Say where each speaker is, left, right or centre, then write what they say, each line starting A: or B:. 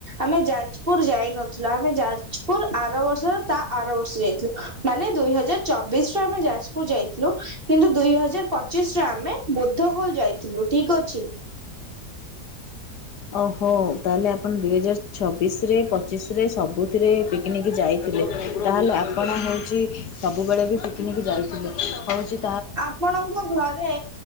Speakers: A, on the right; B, on the left.
A: ଆମେ ଯାଜପୁର ଯାଇ ଯାଉଥିଲା ଆମେ ଯାଜପୁର ଆର ବର୍ଷ ତା ଆର ବର୍ଷ ଯାଇଥିଲୁ ମାନେ ଦୁଇ ହଜାର ଚବିଶ ରୁ ଆମେ ଯାଜପୁର ଯାଇଥିଲୁ କିନ୍ତୁ ଦୁଇ ହଜାର ପ ପଚିଶି ରେ ଆମେ ବୁଦ୍ଧ ଖୋଲ ଯାଇଥିଲୁ ଠିକ୍ ଅଛି।
B: ଓହୋ ତାହେଲେ ଆପଣ ଦୁଇ ହଜାର ଛବିଶରେ ପଚିଶରେ ସବୁଥିରେ ପିକ୍ ନିକି ଯାଇଥିଲେ ତାହେଲେ ଆ ଆପଣ ହଉଛି ସବୁବେଳେ ବି ପିକନିକ୍ ଯାଇଥିଲେ ହଉଛି।
A: ଆପଣଙ୍କ ଘରେ